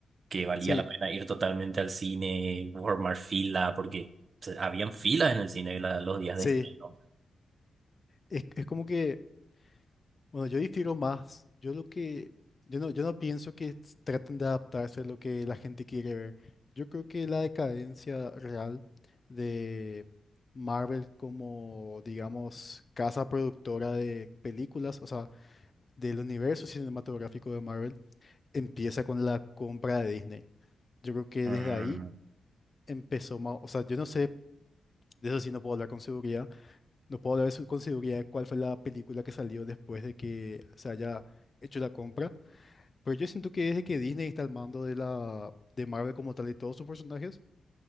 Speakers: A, on the right (about 40°); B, on the left (about 30°).
A: que valía
B: Sí,
A: la pena ir totalmente al cine, formar fila, porque o sea, habían filas en el cine la- los días
B: sí.
A: de estreno.
B: Es, es como que Bueno, yo difiero más. Yo lo que, yo no, yo no pienso que s- traten de adaptarse a lo que la gente quiere ver. Yo creo que la decadencia real de Marvel como, digamos, casa productora de películas, o sea, del universo cinematográfico de Marvel, empieza con la compra de Disney. Yo creo que
A: Mm,
B: desde ahí empezó más, o sea, yo no sé, de eso sí no puedo hablar con seguridad, no puedo hablar su- con seguridad de cuál fue la película que salió después de que se haya hecho la compra pero yo siento que desde que Disney está al mando de la de Marvel como tal y todos sus personajes,